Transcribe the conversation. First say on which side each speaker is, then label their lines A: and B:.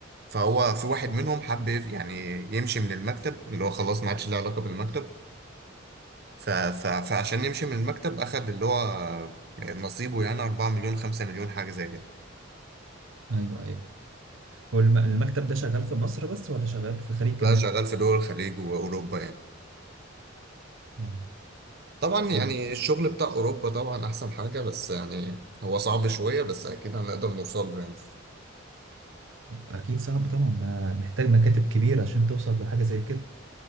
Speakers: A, on the right; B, on the right.
A: فهو في واحد منهم حب يف- يعني يمشي من المكتب اللي هو خلاص ما عادش له علاقه بالمكتب ف... ف... فعشان يمشي من المكتب اخد اللي هو نصيبه يعني 4 مليون 5 مليون حاجه زي كده
B: ايوه ايوه والمكتب ده شغال في مصر بس ولا شغال في الخليج كمان
A: لا شغال في دول الخليج واوروبا يعني
B: اه
A: طبعا يعني
B: وال-
A: الشغل بتاع اوروبا طبعا احسن حاجه بس يعني هو صعب شويه بس اكيد هنقدر نوصل له يعني
B: اكيد صعب طبعا ما محتاج مكاتب كبيرة عشان توصل لحاجة زي كده